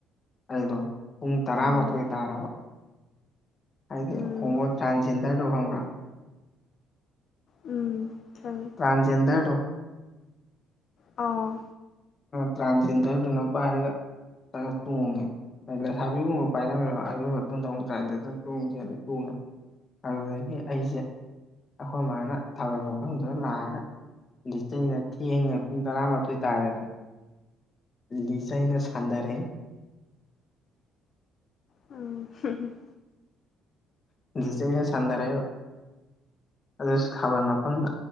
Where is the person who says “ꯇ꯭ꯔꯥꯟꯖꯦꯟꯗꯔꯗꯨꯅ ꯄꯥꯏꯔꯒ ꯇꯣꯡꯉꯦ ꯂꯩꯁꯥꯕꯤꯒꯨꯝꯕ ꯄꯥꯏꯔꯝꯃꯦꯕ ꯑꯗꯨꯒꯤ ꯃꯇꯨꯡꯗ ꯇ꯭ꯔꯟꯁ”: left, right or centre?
Left